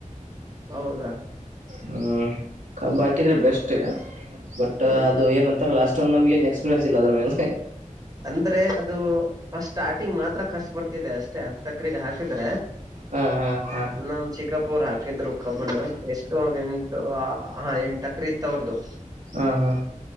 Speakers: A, on the right (about 30°); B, on the right (about 75°).
A: ಹೌದಾ
B: ಹ್ಮ್ ಕಬ್ ಹಾಕಿದ್ರೆ ಬೆಸ್ಟ್ ಬಟ್
A: ಹ್ಮ್
B: ಅದು
A: ಹ್ಮ್
B: ಏನಂತಾರೆ ಲಾಸ್ಟ್ ನಮ ಏ ಎಕ್ಸ್ಪೀರಿಯನ್ಸ್ ಇಲ್ಲ ಅ್ರ ಮೇಲೆ
A: ಅಂದ್ರೆ ಅದು ಫಸ್ಟ್ ಸ್ಟಾರ್ಟಿಂಗ್ ಮಾತ್ರ ಖರ್ಚು ಬರ್ತಿದೆ ಅಷ್ಟೇ ಹ ತಕ್ರಿಗೆ ಹಾಕಿ <inaudible>
B: ಹಾ ಹಾ ಹಾ
A: ನಮ್ ಚಿಕ್ಕಪ್ಪ ಹಾಕಿದ್ರು ಕಬ್ಬನ ಎಷ್ಟು ಒ ಎಂಟು ಹ ಎಂಟ ಅಕ್ರ ಇತ್ ಅವ್ರ್ದು
B: ಹ್ಮ ಹಾ